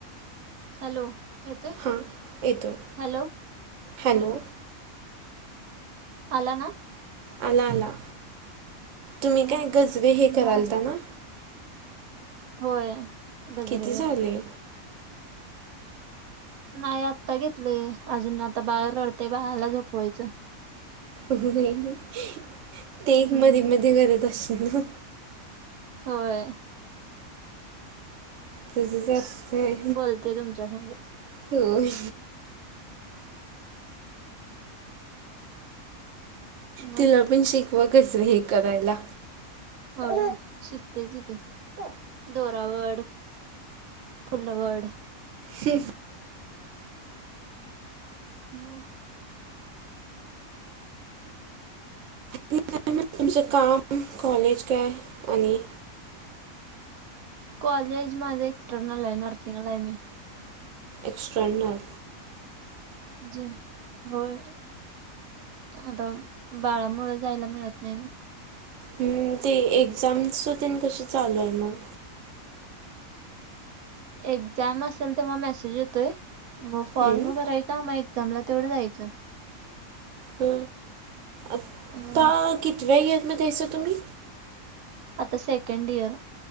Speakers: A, on the right; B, on the right.
A: हॅलो येतोय
B: हां येतो
A: हॅलो
B: हॅलो
A: हा, आला ना,
B: आला आला तुम्ही काय
A: हा
B: गजवे हे
A: मग
B: करालता ना,
A: होय. गजरे
B: किती
A: करते
B: झाले.
A: नाही आता घेतले अजून आता बाळ रडते बाळाला झोपवायचं.
B: अगं बाई
A: हम्म
B: एक मधी मध्ये करत अस ना,
A: होय.
B: तसंच असतय
A: बोलते तुमच्या संग
B: होय.
A: मग
B: तिला पण शिकवा गजरे हे करायला.
A: होय शिकतेय किती दोरावड. पुलवड.
B: हे <inaudible>
A: म,
B: ते काय मग तुमचं काम कॉलेज काय आणि.
A: कॉलेज माझ एक्सटर्नल आहे. नर्सिंगला आहे मी''
B: एक्स्टर्नल.
A: जी, होय. आता बाळामुळे जायला मिळत नाही ना.
B: हम्म, ते एक्झामस च तेन कसं चालू आहे मग?
A: एक्झाम असेल तर मग मेसेज येतोय, मग फॉर्म
B: हं,
A: भरायचा मग जामलं तेवढं जायचं.
B: ह, आता
A: अ
B: कितव्या इयरमध्ये हयासा तुम्ही?
A: आता सेकंड इयर